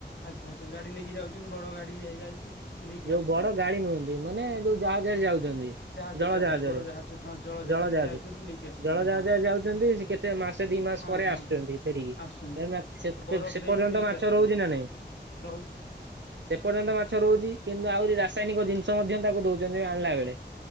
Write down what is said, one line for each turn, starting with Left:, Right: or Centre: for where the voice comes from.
Left: ଆଚ୍ଛା ଆଚ୍ଛା ଗାଡ଼ି ନେଇକି ଯାଉଛନ୍ତି ବଡ଼ ଗାଡ଼ି ଯାଇ ଯାଇକି ନେଇକି
Right: ଯୋଉ
Left: ଆସୁଛନ୍ତି
Right: ବଡ ଗାଡି ନୁହଁନ୍ତି ମାନେ ଯୋଉ ଜାହାଜରେ ଯାଉଛନ୍ତି।
Left: ଜାହାଜ
Right: ଜଳଜାହାଜରେ
Left: ଜାହାଜ ବଡ ଜାହାଜ ହଁ
Right: ଜଳ ଜାହାଜରେ
Left: ଯାଉଛନ୍ତି ନେଇକି ଆସୁଛନ୍ତି
Right: ଜଳ ଜାହାଜରେ
Left: ହଁ
Right: ଯାଉଛନ୍ତି ସେ କେ ଏତେ ମାସେ ଦି ମାସ
Left: ହଁ
Right: ପରେ
Left: ହଁ
Right: ଆସୁଛନ୍ତି
Left: ହଁ
Right: ଫେରିକି
Left: ଆସୁଛନ୍ତି ବରଫ
Right: ସେ
Left: ଦେଇକି
Right: ପର୍ଯ୍ୟନ୍ତ
Left: ନେଇକି
Right: ମାଛ
Left: ଆସୁଛନ୍ତି
Right: ରହୁଛି ନା ନାଇଁ।
Left: ରହୁଛି।
Right: ସେ ପର୍ଯ୍ୟନ୍ତ ମାଛ ରହୁଛି କିନ୍ତୁ ଆହୁରି ରାସାୟନିକ ଜିନିଷ ମଧ୍ୟ ତାକୁ ଦଉଛନ୍ତି ଆଣିଲା ବେଳେ।